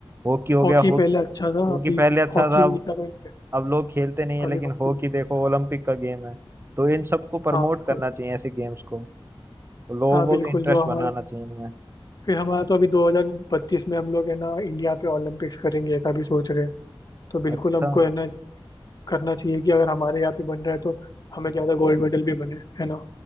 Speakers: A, on the right; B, on the left.
A: हॉकी हो
B: हॉकी
A: गया हॉ-
B: पहले अच्छा था
A: हॉकी
B: अभी
A: पहले अच्छा
B: हॉकी
A: था
B: भी इतना कोई नहीं करता
A: अब लोग खेलते नहीं है
B: अभी
A: लेकिन
B: हॉकी
A: हॉकी
B: भी नहीं
A: देखो
B: करता।
A: ओलंपिक
B: हाँ
A: का गेम है तो इन सबको प्रमोट
B: हाँ बिल्कुल
A: करना चाहिए ऐसे गेम्स को लोगों
B: हाँ
A: को
B: बिल्कुल
A: भी इंटरेस्ट
B: जो हमारे
A: बनाना चाहिए इनमें
B: फिर हमारा तो अभी 2032 में हम लोग है ना इंडिया पे ओलंपिक्स करेंगे ऐसा भी सोच रहे हैं तो बिल्कुल
A: अच्छा
B: हमको है ना करना चाहिए कि अगर हमारे यहाँ पे बन रहा है तो हमें ज़्यादा गोल्ड मेडल भी बने है ना